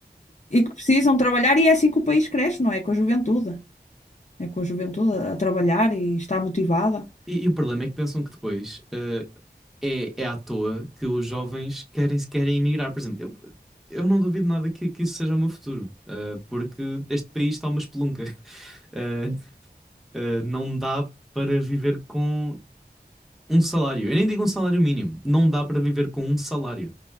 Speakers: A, on the left (about 45°); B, in the centre.
A: e que precisam trabalhar, e é assim que o país cresce, não é? Com a juventude. É com a juventude a a trabalhar e está motivada.
B: E, e o problema é que pensam que depois. eh, é, é à toa que os jovens querem, querem emigrar. Por exemplo, eu, eu não duvido nada que, que isso seja o meu futuro, ah, porque este país está uma espelunca. <laughs> Ah, ah, não dá para viver com um salário. Eu nem digo um salário mínimo. Não dá para viver com um salário.